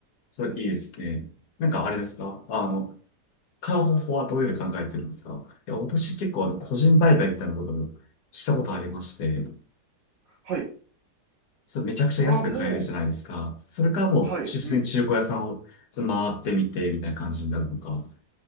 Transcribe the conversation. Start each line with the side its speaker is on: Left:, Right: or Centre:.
Left: それいいですね。
Right: うんうん。
Left: なんかあれですかあの、買う方法はどういうの考えてるんですかいや、私結構あの個人売買みたいなことをしたことありまして、
Right: はい。
Left: それめちゃくちゃ安く買えるじゃないですか。
Right: ああ、もう、
Left: それからもう、
Right: はい、
Left: 普通に中古屋さんをちょっと回ってみて、
Right: うん。
Left: みたいな感じになるのか。